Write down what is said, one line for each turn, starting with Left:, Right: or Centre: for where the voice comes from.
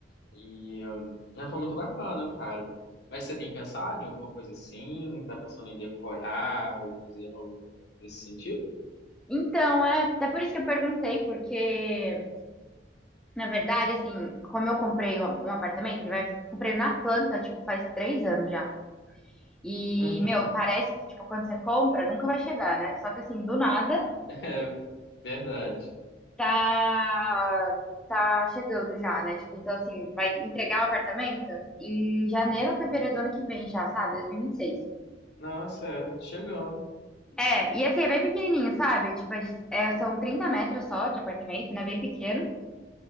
Left: E hum, é, foi muito bacana, cara. Mas você tem pensado em alguma coisa assim? Tá pensando em decorar ou fazer algo nesse sentido?
Centre: Então, é, é por isso que eu perguntei, porque Na verdade, assim, como eu comprei um um apartamento, ele vai. Comprei na planta, tipo, faz três anos já. E,
Left: Uhum,
Centre: meu, parece que, tipo, quando você compra, nunca vai chegar, né? Só que, assim, do nada,
Left: <laughs> é verdade.
Centre: tá. Tá chegando já, né? Tipo, então, assim, vai entregar o apartamento em janeiro ou fevereiro do ano que vem já, sabe? 2026.
Left: Nossa, é, chegando.
Centre: É, e assim, é bem pequenininho, sabe? Tipo, é de- é, são 30 metros só de apartamento, né? Bem pequeno.